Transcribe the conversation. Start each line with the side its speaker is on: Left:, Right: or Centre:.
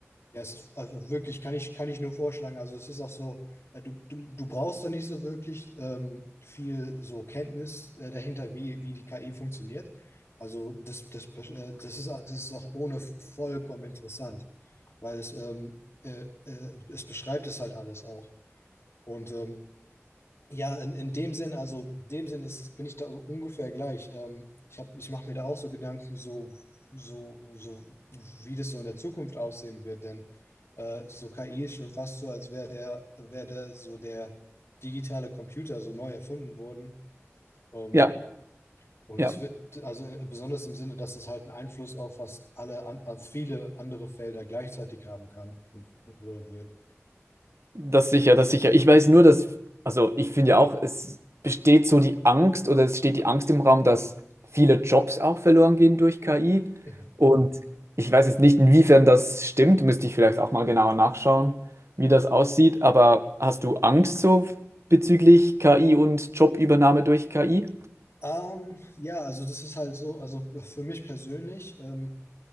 Left: Ja, es ist, also wirklich, kann ich, kann ich nur vorschlagen. Also es ist auch so, äh, du, du, du brauchst da nicht so wirklich ähm, viel so Kenntnis äh, dahinter, wie, wie die KI funktioniert. Also das, das, äh, das ist, auch- das ist auch ohne vollkommen interessant, weil es, ähm, äh, äh, es beschreibt es halt alles auch. Und ähm, ja, in, in dem Sinn, also in dem Sinn ist, es- bin ich da so ungefähr gleich. Ähm, ich hab, ich mache mir da auch so Gedanken, so, so, so, wie das so in der Zukunft aussehen wird, denn äh, so KI ist schon fast so, als wäre der, wäre der, so der digitale Computer so neu erfunden worden. Ähm,
Right: Ja,
Left: und
Right: ja.
Left: es wird, also äh, besonders im Sinne, dass es halt einen Einfluss auf fast alle, an, auf viele andere Felder gleichzeitig haben kann und oder wird.
Right: Das sicher, das sicher. Ich weiß nur, dass, also ich finde ja auch, es besteht so die Angst oder es steht die Angst im Raum, dass viele Jobs auch verloren gehen durch KI.
Left: Mhm.
Right: Und ich weiß jetzt nicht, inwiefern das stimmt, müsste ich vielleicht auch mal genauer nachschauen, wie das aussieht. Aber hast du Angst so bezüglich KI und Jobübernahme durch KI?
Left: Ähm, ja, also das ist halt so, also für mich persönlich, ähm,